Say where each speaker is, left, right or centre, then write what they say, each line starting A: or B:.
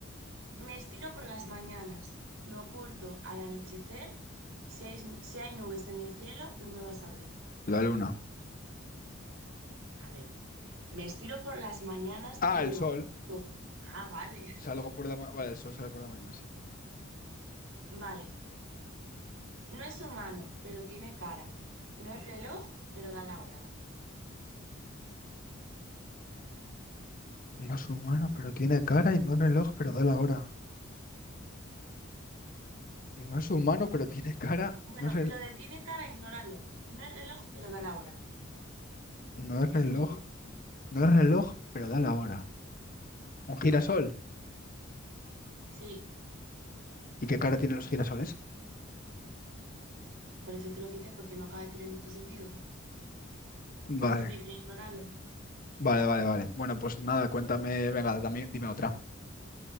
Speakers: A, on the right; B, on the left.
A: me estiro por las mañanas, me oculto al anochecer. Si hay, si hay nubes en el cielo, no me vas a ver.
B: La luna.
A: A ver, me estiro por las mañanas
B: Ah,
A: y
B: el
A: me
B: sol.
A: oculto. Ah, vale. <laughs>
B: Salgo por la ma- Vale, el sol sale por la mañana, sí.
A: Vale. No es humano, pero tiene cara. No es reloj, pero da la hora.
B: No es humano, pero tiene cara y no es reloj, pero da la hora. No es humano, pero tiene cara.
A: Bueno,
B: No es, rel-
A: lo de tiene cara, ignóralo. No es reloj, pero da la hora.
B: no es
A: Que
B: reloj.
A: si no es muy difícil.
B: No es reloj, pero da la hora. Un girasol.
A: Sí,
B: ¿Y qué cara tienen los girasoles?
A: por eso te lo quité, porque no acaba de tener mucho sentido. <laughs>
B: Vale,
A: Por eso te dije, ignóralo.
B: vale, vale, vale. Bueno, pues nada, cuéntame, venga, dame- dime otra.